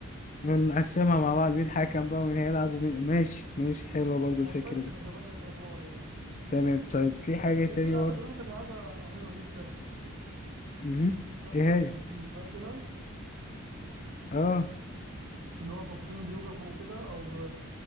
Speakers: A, on the left; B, on the right.
A: ونقسمها مع بعض مين حكم بقى ومين هيلعب ومين ماشي ماشي حلوة برضو الفكرة
B: ونبدل
A: دي
B: نتبادل الادوار يعني
A: تمام طيب في حاجة تاني
B: كان في لعبه
A: برضو
B: زمان بنلعبها حلوه جدا
A: مهم.
B: لعبه
A: ايه هي
B: منديل فاكرها
A: اه
B: اللي هو صفين بيوقفوا كده او